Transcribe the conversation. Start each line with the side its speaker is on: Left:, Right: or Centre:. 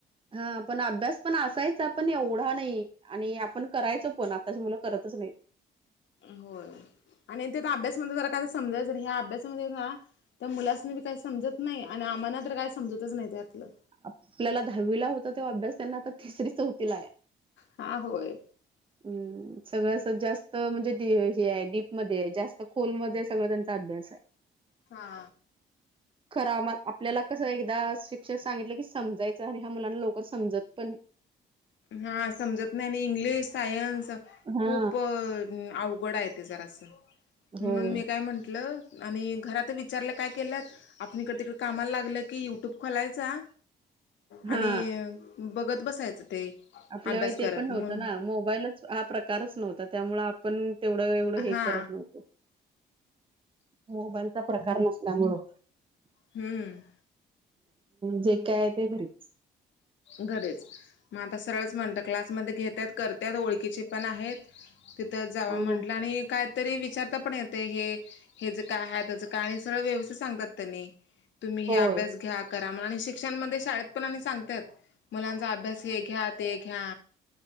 Right: हा पण अभ्यास पण असायचा पण एवढा नाही आणि आपण करायचो पण आताची मुलं करतच नाही
Left: होय आणि ते अभ्यासमध्ये जरा काय समजायचं ह्या अभ्यासामध्ये ना त्या मुलास नी बी काही समजत नाही आणि आम्हांला तर काय समजतच नाही त्यातलं
Right: आपल्याला दहावीला होता तेव्हा अभ्यास त्यांना आता तिसरी चौथीला आहे
Left: हा होय
Right: हम्म सगळ्या जास्त म्हणजे हे आहे डीप मध्ये आहे जास्त खोलमध्येध्ये सगळं त्यांच्या अभ्यास आहे
Left: हा
Right: खरा आपल्याला कसं एकदा शिक्षक सांगितलं की समजायचं आणि ह्या मुलांना लवकर समजत पण नाही
Left: हा समजत नाही आणि इंग्लिश सायन्स
Right: हा
Left: खूप अवघड आहेत ते जरा अस म्हणून
Right: होय
Left: मी काय म्हंटलं आणि घरात विचारलं काय केलंत आपण इकडे तिकडे कामाला लागलं की युट्यूब खोलायचा आणि
Right: हा
Left: बघत बसायचं ते.
Right: आपल्या
Left: अभ्यास
Right: वेळी
Left: करत
Right: ते पण नव्हतं
Left: म्हणून
Right: ना, मोबाईलचं हा प्रकारच नव्हता त्यामुळं आपण तेवढं एवढं
Left: हा
Right: हे करत न्हावतो, मोबाईलचा प्रकार नसल्यामुळं.
Left: हम्म!
Right: जे काय ते घरीच.
Left: घरीच, मग आता सरळच म्हणतात क्लासमध्ये घेतात करत्यात ओळखीचे पण आहेत तिथं जावा
Right: हा
Left: म्हटलं आणि कायतरी विचारता पण येते हे हे ज काय आहे त्याचं काय आणि सरळ व्यवस्थित सांगतात त्यांनी. तुम्ही हे
Right: होय
Left: अभ्यास घ्या करा आणि शिक्षणमध्ये शाळेत पण आणि सांगतात मुलांचा अभ्यास हे घ्या ते घ्या.